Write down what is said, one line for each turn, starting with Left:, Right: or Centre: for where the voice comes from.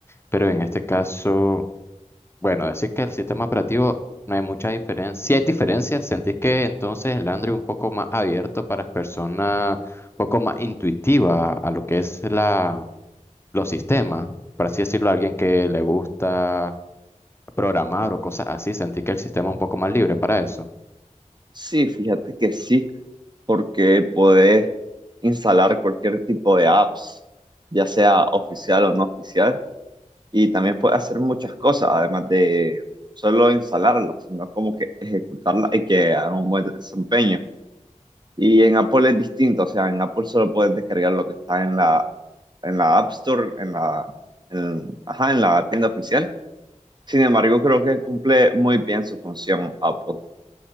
Left: pero en este caso, bueno, decir que el sistema operativo no hay mucha diferencia. Sí hay diferencias. ¿Sentís que entonces el Android un poco más abierto para las personas, un poco más intuitiva a lo que es la, los sistemas? Por así decirlo, a alguien que le gusta programar o cosas así, ¿sentís que el sistema es un poco más libre para eso?
Right: Sí, fíjate que sí, porque podés instalar cualquier tipo de apps, ya sea oficial o no oficial, y también puedes hacer muchas cosas, además de solo instalarlas, sino como que ejecutarlas y que hagan un buen desempeño. Y en Apple es distinto, o sea, en Apple solo puedes descargar lo que está en la, en la App Store, en la, en, ajá, en la tienda oficial. Sin embargo, creo que cumple muy bien su función Apple.